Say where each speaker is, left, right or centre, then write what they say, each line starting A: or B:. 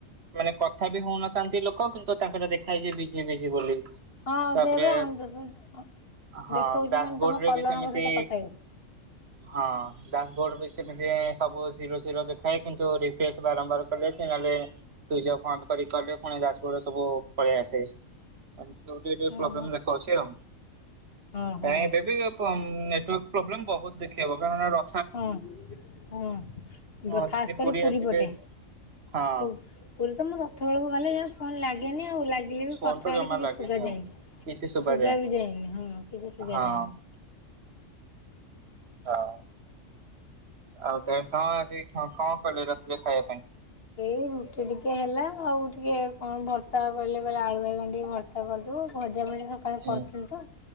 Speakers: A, on the right; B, on the left.
A: ମାନେ କଥା ବି ହଉନଥାନ୍ତି ଲୋକ, କିନ୍ତୁ ତାଙ୍କର ଦେଖା ହେଇଛି ବିଜି ବିଜି ବୋଲି।
B: ହଁ
A: ତାପରେ
B: ଯେ ଏବେ <unintelligible>
A: ହଁ
B: ଦେଖଉଚି
A: ଡାସବୋର୍ଡ
B: ମାନେ ତମେ
A: ରେ
B: କଲରଙ୍କ
A: ବି ସେମିତି
B: ସହିତ କଥା ହେଇନ।
A: ହଁ ଡ୍ୟାଶବୋର୍ଡ ବି ସେମିତି ସବୁ ଜିରୋ ଜି ଜିରୋ ଦେଖାଏ କିନ୍ତୁ ରିଫ୍ରେଶ୍ ବାରମ୍ବାର କଲେ କି ନହେଲେ ସୁଇଚ୍ ଅଫ୍ ଅନ୍ କରି କଲେ ଫୁଣି ଡ୍ୟାଶବୋର୍ଡରେ ସବୁ ପଳେଇ ଆସେ। ଆଜି ସିଏ ସବୁ ଟିକେ ଟିକେ
B: ଓହୋ
A: ପ୍ରୋବ୍ଲେମ୍ ଦେଖଉଛି ଆଉ।
B: ହଁ ହଁ
A: କାଇଁ ଏବେ ବି ନେ ନେଟୱାର୍କ ପ୍ରୋବ୍ଲେମ୍ ବହୁତ ଦେଖେଇବ। କାରଣ ର
B: ହଁ ହୁଁ।
A: ହଁ
B: ଗ ଖାସ୍
A: ଦିଦି
B: କରି ପୁରୀ
A: ଆସିବେ
B: ପଟେ।
A: ହଁ
B: ପୁ ପୁରୀ ତ ମୁଁ ରଥ ବେଳେ ପୁ ଗଲେ ଜମା ଫୋନ୍ ଲାଗେନି ଆଉ ଲାଗିଲେ ବି
A: ଫୋନ
B: କଥା
A: ତ
B: ହେଲେ
A: ଜମା
B: କିଛି
A: ଲାଗେନି
B: ଶୁଗା
A: ଆଉ।
B: ଯାଏନି।
A: କିଛି ଶୁଭା
B: ଶୁଗା ବି ଯାଏନି ହଁ କିଛି ଶୁଗା
A: ହଁ
B: ଯାଏନି।
A: ହଉ। ଆଉ ଚେ କଁ ଆଜି କଁ କଁ କଲୁ ରାତିରେ ଖାଇବା ପାଇଁ?
B: ଏଇ ରୁଟି ଟିକେ ହେଲା ଆଉ ଟିକେ କଣ ଭର୍ତା କହିଲେ କହିଲେ ଆଳୁ ବାଇଗଣ ଟିକେ ଭର୍ତା କରିଦବୁ ଭ ଜା ଭଜି ସକାଳୁ
A: ହୁଁ
B: କରିଥିଲି ତ,